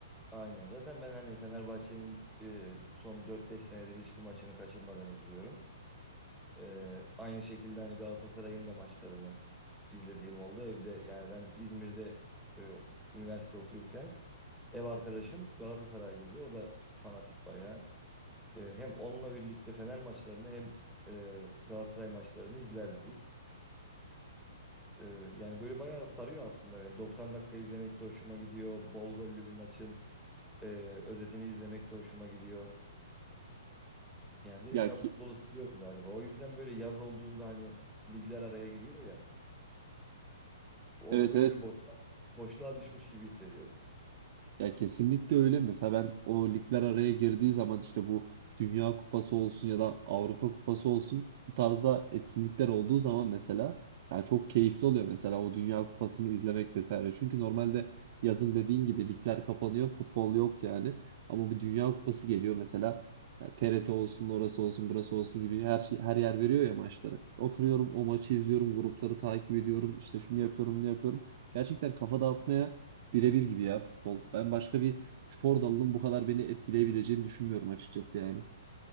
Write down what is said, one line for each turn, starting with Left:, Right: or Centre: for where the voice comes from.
Centre: Aynen. Zaten ben hani Fenerbahçe'nin e, son dört beş senedir hiçbir maçını kaçırmadan izliyorum. E, aynı şekilde hani Galatasaray'ın da maçlarını izlediğim oldu. Evde yani ben İzmir'de e, üniversite okuyurken ev arkadaşım Galatasaraylıydı. O da fanatik bayağı. E, hem onunla birlikte Fener maçlarını hem e, Galatasaray maçlarını izlerdik. E, yani böyle bayağı sarıyor aslında beni. 90 dakika izlemek de hoşuma gidiyor. Bol gollü bir maçın. Ee, özetini izlemek de hoşuma gidiyor. Yani direkt
Right: Ya
Centre: ben
Right: ki
Centre: futbolu seviyorum galiba. O yüzden böyle yaz olduğunda hani ligler araya giriyor ya. Orada
Right: evet
Centre: böyle
Right: evet
Centre: bir boşluğa, boşluğa düşmüş gibi hissediyorum.
Right: Ya kesinlikle öyle. Mesela ben o ligler araya girdiği zaman işte bu Dünya Kupası olsun ya da Avrupa Kupası olsun bu tarzda etkinlikler olduğu zaman mesela ya çok keyifli oluyor mesela o Dünya Kupası'nı izlemek vesaire. Çünkü normalde yazın dediğin gibi ligler kapanıyor, futbol yok yani. Ama bir Dünya Kupası geliyor mesela ya TRT olsun, orası olsun, burası olsun gibi her şey her yer veriyor ya maçları. Oturuyorum o maçı izliyorum, grupları takip ediyorum, işte şunu yapıyorum, bunu yapıyorum. Gerçekten kafa dağıtmaya birebir gibi ya futbol. Ben başka bir spor dalının bu kadar beni etkileyebileceğini düşünmüyorum açıkçası yani.